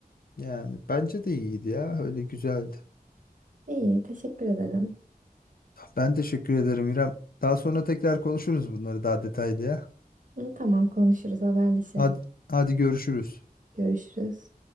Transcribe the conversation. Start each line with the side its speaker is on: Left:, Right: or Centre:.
Left: Yani bence de iyiydi ya. Öyle güzeldi.
Right: İyi, teşekkür ederim.
Left: Ben teşekkür ederim İrem. Daha sonra tekrar konuşuruz bunları daha detaylı ya.
Right: Hı, Tamam konuşuruz, haberleşelim.
Left: Hadi, hadi görüşürüz.
Right: Görüşürüz.